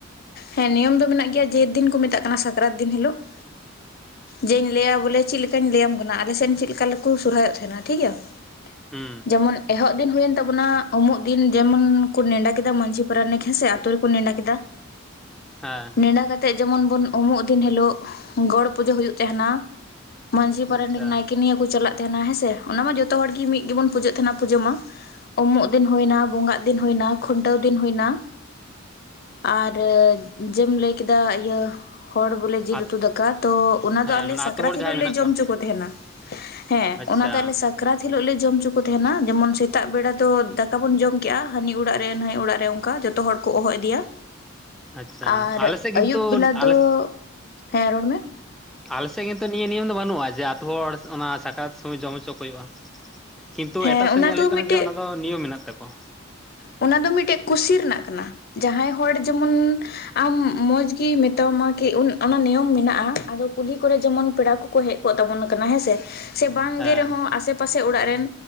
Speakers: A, on the left; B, in the centre.
A: ᱦᱮᱸ ᱱᱤᱭᱚᱢ ᱫᱚ ᱢᱮᱱᱟᱜ ᱜᱮᱭᱟ ᱡᱮ ᱫᱤᱱ ᱠᱚ ᱢᱮᱛᱟᱜ ᱠᱟᱱᱟ ᱥᱟᱠᱨᱟᱛ ᱫᱤᱱ ᱦᱤᱞᱳᱜ ᱾ ᱡᱮᱧ ᱞᱟᱹᱭᱟ ᱵᱚᱞᱮ ᱪᱮᱫ ᱞᱮᱠᱟᱧ ᱞᱟᱹᱭᱟᱢ ᱠᱟᱱᱟ, ᱟᱞᱮᱥᱮᱫ ᱪᱮᱫ ᱞᱮᱠᱟ ᱠᱚ ᱥᱚᱦᱚᱨᱟᱭ ᱚᱜ ᱛᱟᱦᱮᱱᱟ ᱴᱷᱤᱠ ᱜᱮᱭᱟ ᱾
B: ᱦᱩᱸ
A: ᱡᱮᱢᱚᱱ ᱮᱦᱚᱵ ᱫᱤᱱ ᱦᱩᱭᱮᱱ ᱛᱟᱵᱚᱱᱟ ᱩᱢᱩᱜ ᱫᱤᱱ, ᱡᱮᱢᱚᱱ ᱠᱚ ᱱᱮᱰᱟ ᱠᱮᱫᱟ ᱢᱟᱺᱡᱷᱤ ᱯᱟᱨᱟᱱᱤᱠ ᱦᱮᱸ ᱥᱮ ᱟᱛᱳ ᱨᱮᱠᱚ ᱱᱮᱰᱟ ᱠᱮᱫᱟ
B: ᱦᱮᱸ ᱾
A: ᱤᱱᱟ ᱠᱟᱛᱮᱜ ᱡᱮᱢᱚᱱ ᱵᱚᱱ ᱩᱢᱩᱜ ᱫᱤᱱ ᱦᱤᱞᱳᱜ ᱜᱚᱲ ᱯᱩᱡᱟᱹ ᱦᱩᱭᱩᱜ ᱛᱟᱦᱮᱱᱟ ᱢᱟᱺᱡᱷᱤ ᱯᱟᱨᱟᱱᱤᱠ
B: ᱟᱪᱪᱷᱟ
A: ᱱᱟᱭᱠᱮ ᱱᱤᱭᱟᱹ ᱠᱚ ᱪᱟᱞᱟᱜ ᱛᱟᱦᱮᱱᱟ ᱦᱮᱸ ᱥᱮ ᱾ ᱚᱱᱟ ᱢᱟ ᱡᱚᱛᱚ ᱦᱚᱲ ᱜᱮ ᱢᱤᱫ ᱜᱮᱵᱚᱱ ᱯᱩᱡᱟᱹᱜ ᱛᱟᱦᱮᱱᱟ ᱯᱩᱡᱟᱹ ᱢᱟ ᱩᱢᱩᱜ ᱫᱤᱱ ᱦᱩᱭᱱᱟ, ᱵᱚᱸᱜᱟᱜ ᱫᱤᱱ ᱦᱩᱭᱱᱟ, ᱠᱷᱩᱱᱴᱟᱹᱣ ᱫᱤᱱ ᱦᱩᱭᱱᱟ ᱟᱨ ᱡᱮᱢ ᱞᱟᱹᱭ ᱠᱮᱫᱟ ᱤᱭᱟᱹ ᱦᱚᱲ ᱵᱚᱞᱮ ᱡᱤᱞ
B: ᱟᱛ
A: ᱩᱛᱩ ᱫᱟᱠᱟ ᱛᱚ ᱚᱱᱟᱫᱚ
B: ᱦᱮᱸ
A: ᱟᱞᱮ
B: ᱢᱟᱱᱮ
A: ᱥᱟᱠᱨᱟᱛ
B: ᱟᱛᱳ ᱦᱚᱲ
A: ᱦᱤᱞᱳᱜ
B: ᱡᱟᱦᱟᱸᱭ ᱢᱮᱱᱟᱜ
A: ᱞᱮ ᱡᱚᱢ
B: ᱠᱚᱣᱟ
A: ᱚᱪᱚ ᱠᱚ ᱛᱟᱦᱮᱱᱟ ᱾ ᱦᱮᱸ
B: ᱟᱪᱪᱷᱟ
A: ᱚᱱᱟ ᱫᱚ ᱟᱞᱮ ᱥᱟᱠᱨᱟᱛ ᱦᱤᱞᱳᱜ ᱞᱮ ᱡᱚᱢ ᱦᱚᱪᱚ ᱠᱚ ᱛᱟᱦᱮᱱᱟ᱾ ᱡᱮᱢᱚᱱ ᱥᱮᱛᱟᱜ ᱵᱮᱲᱟ ᱫᱚ ᱫᱟᱠᱟ ᱵᱚᱱ ᱡᱚᱢ ᱠᱮᱜᱼᱟ, ᱦᱟᱹᱱᱤ ᱚᱲᱟᱜ ᱨᱮ ᱱᱟᱹᱭ ᱚᱲᱟᱜ ᱨᱮ ᱚᱱᱠᱟ ᱡᱚᱛᱚ ᱦᱚᱲ ᱾ ᱠᱚ ᱦᱚᱦᱚ ᱤᱫᱤᱭᱟ᱾
B: ᱟᱪᱪᱷᱟ
A: ᱟᱨ
B: ᱟᱞᱮ ᱥᱮᱫ
A: ᱟᱹᱭᱩᱵ
B: ᱜᱮᱛᱚ
A: ᱵᱮᱞᱟ ᱫᱚ
B: ᱟᱞᱮ
A: ᱦᱮᱸ ᱨᱚᱲ ᱢᱮ
B: ᱟᱞᱮᱥᱮᱫ ᱠᱤᱱᱛᱩ ᱱᱤᱭᱟᱹ ᱱᱤᱭᱚᱢ ᱫᱚ ᱵᱟᱹᱱᱩᱜᱼᱟ ᱡᱮ ᱟᱛᱩ ᱦᱚᱲ ᱚᱱᱟ ᱥᱟᱠᱨᱟᱛ ᱥᱚᱢᱚᱭ ᱡᱚᱢ ᱦᱚᱪᱚ ᱠᱚ ᱦᱩᱭᱩᱜᱼᱟ᱾ ᱠᱤᱱᱛᱩ
A: ᱦᱮᱸ
B: ᱮᱴᱟᱜ ᱥᱮᱫ
A: ᱚᱱᱟ
B: ᱧᱮᱞ
A: ᱫᱚ
B: ᱦᱩᱭᱩᱜ
A: ᱢᱤᱫᱴᱮᱡ
B: ᱠᱟᱱᱟ ᱡᱮ ᱚᱱᱟ ᱫᱚ ᱱᱤᱭᱚᱢ ᱢᱮᱱᱟᱜ ᱛᱟᱠᱚᱣᱟ᱾
A: ᱚᱱᱟ ᱫᱚ ᱢᱤᱫᱴᱮᱜ ᱠᱩᱥᱤ ᱨᱮᱱᱟᱜ ᱠᱟᱱᱟ ᱡᱟᱦᱟᱸᱭ ᱦᱚᱲ ᱡᱮᱢᱚᱱ ᱟᱢ ᱢᱚᱡᱽ ᱜᱮ ᱢᱮᱛᱟ ᱟᱢᱟ ᱠᱤ ᱚᱱᱟ ᱱᱤᱭᱚᱢ ᱢᱮᱱᱟᱜᱼᱟ ᱟᱫᱚ ᱠᱩᱞᱦᱤ ᱠᱚᱨᱮ ᱡᱮᱢᱚᱱ ᱯᱮᱲᱟ ᱠᱚ ᱠᱚ ᱦᱮᱡ ᱠᱚᱜ ᱛᱟᱵᱚᱱ ᱠᱟᱱᱟ ᱦᱮᱸ ᱥᱮ ᱥᱮ ᱵᱟᱝᱜᱮ
B: ᱦᱮᱸ
A: ᱨᱮᱦᱚᱸ ᱟᱥᱮ ᱯᱟᱥᱮ ᱚᱲᱟᱜ ᱨᱮᱱ